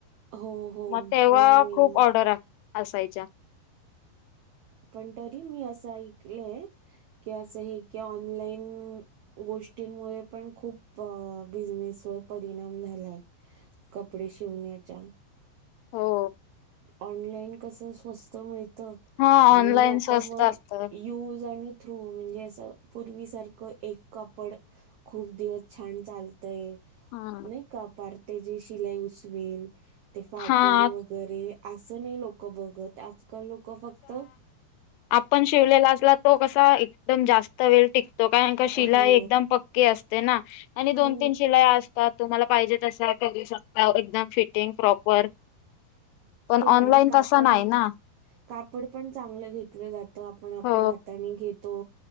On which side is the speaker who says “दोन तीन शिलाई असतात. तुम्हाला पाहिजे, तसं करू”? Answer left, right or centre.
Left